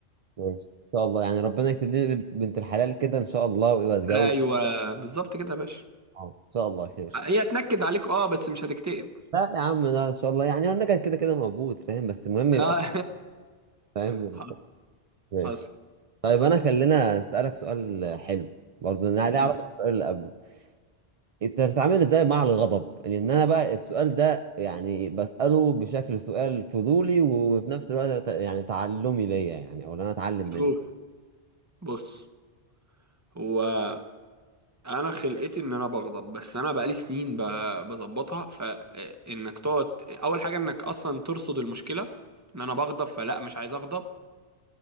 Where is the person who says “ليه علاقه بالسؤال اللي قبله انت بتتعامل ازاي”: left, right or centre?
Right